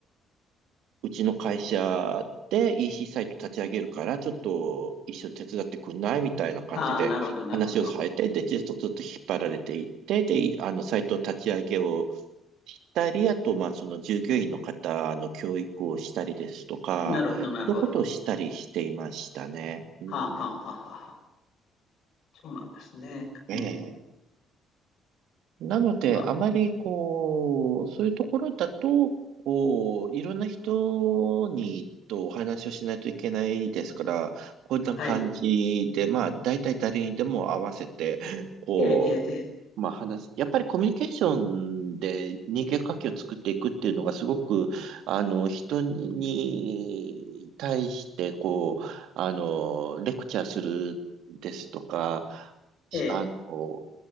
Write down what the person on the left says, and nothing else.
ああ、なるほど、なるほど。
なるほど、なるほど。
は
あ、はあ、はあ、はあ。そうなんですね。
うん。
まあ、
はい。
ええ、え
え、ええ。ええ